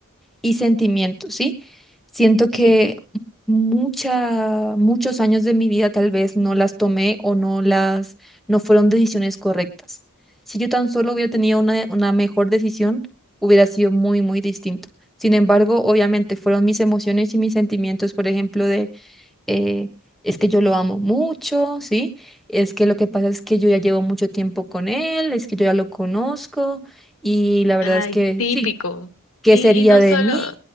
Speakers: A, in the centre; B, on the left.
A: y sentimiento, ¿sí? Siento que
B: Sí.
A: mucha, muchos años de mi vida tal vez no las tomé o no las, no fueron decisiones correctas. Si yo tan solo hubiera tenido una, una mejor decisión, hubiera sido muy, muy distinto. Sin embargo, obviamente fueron mis emociones y mis sentimientos, por ejemplo, de eh, es que yo lo amo mucho, ¿sí? Es que lo que pasa es que yo ya llevo mucho tiempo con él, es que yo ya lo conozco y la verdad
B: Ay,
A: es que
B: típico.
A: sí, ¿qué
B: Y,
A: sería
B: y no
A: de
B: solo,
A: mí?